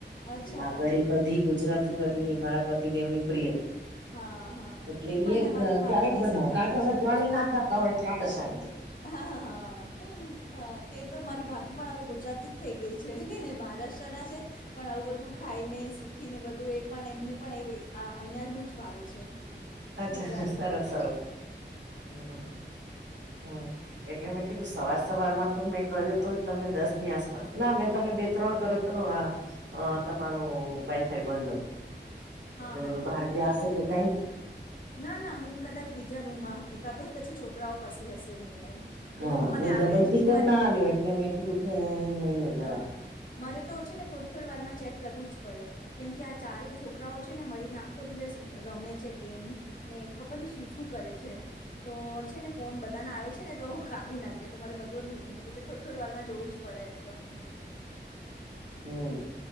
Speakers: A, on the left; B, on the right.
A: અચ્છા
B: આ ગાડી કઢી ગુજરાતી કઢી મારા પતિદેવની પ્રિય
A: હા હા
B: એટલે
A: તે પણ મેં
B: ક્યારેક
A: મારી ભાભીને
B: બનાવો
A: શીખાડી
B: કારણ કે અમે
A: છે.
B: ત્રણેય ના ખત એટલે આળશ આવી જાય
A: હા હા હા હા તે તો મારી ભાભી પણ હ ગુજરાતી થઈ ગઈ છે મહારાષ્ટ્રના છે. પણ આવું બધું ખાઈને શીખી ને બધું એ પણ એમને પણ એ અહિયાં નું જ ભાવે છે.
B: અચ્છા
A: ગુજરાતી
B: સરસ
A: જ બધું
B: સરસ હમ હમ્મ એટલે મેં કીધું સવાર સવાર માં તો મેં કર્યો તો તમને દસ ની આસપાસ ના મેં તમને બે ત્રણ કરો તો આ અ તમારો વાઈફાઈ બંધ હતું
A: હા
B: એટલે મે
A: હા
B: તો બહાર
A: હા
B: ગયા હશે કે કઈક
A: ના ના હું કદાચ બીજા રૂમમાં હતી કા તો પછી છોકરાઓ પાસે હશે મોબાઈલ એ
B: હા
A: લોકો મને
B: નહી
A: આપે
B: ડબલ
A: જ
B: ટીકજ
A: નહી મારી
B: ના આવ્યો એટલે મેં કીધું કે નહી હોય બરાબર
A: હા મારે તો છે ને થોડી થોડી વારમાં ચેક કરવું જ પડે. કેમ કે આ ચારે છોકરાઓ છે ને મળીને આખો દિવસ રમે છે ગેમ. ને ખબર ઈ શું શું કરે છે તો છે ને ફોન બધા ના આવે છે ને તો કાપી નાખે. તો મારે બધું કે થોડી થોડી વારમાં જોવું જ પડે એમ પણ.
B: હમ